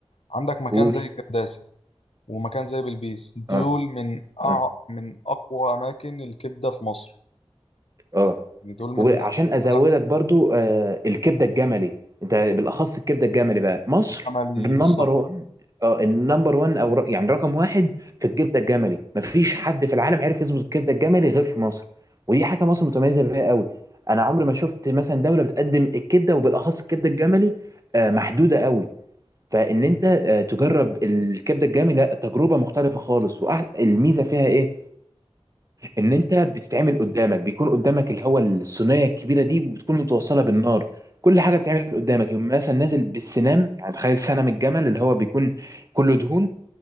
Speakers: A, on the left; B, on the right.
A: عندك مكان
B: قول
A: زي كرداسه ومكان زي بلبيس دول
B: اه
A: من أع...
B: اه
A: من اقوى اماكن الكبده في مصر
B: اه
A: يعني دول من
B: وعشان
A: أقوى
B: ازودك
A: الأماكن
B: برضو آه، الكبده الجملي انت بالاخص الكبده الجملي بقى مصر
A: الجملي
B: النمبر
A: بالظبط
B: 1 اه النمبر 1 او ر- يعني رقم واحد في الكبده الجملي مفيش حد في العالم عرف يظبط الكبده الجملي غير في مصر ودي حاجه مصر متميزه بيها قوي انا عمري ما شفت مثلا دوله بتقدم الكبده وبالاخص الكبده الجملي آه، محدوده قوي فان
A: مم.
B: انت آه، تجرب الكبده الجملي لا تجربه مختلفه خالص والميزه فيها ايه ان انت بتتعمل قدامك بيكون قدامك اللي هو الصينيه الكبيره دي وبتكون متوصله بالنار كل حاجه بتتعمل قدامك يوم مثلا نازل بالسنام يعني تخيل سنام الجمل اللي هو بيكون كله دهون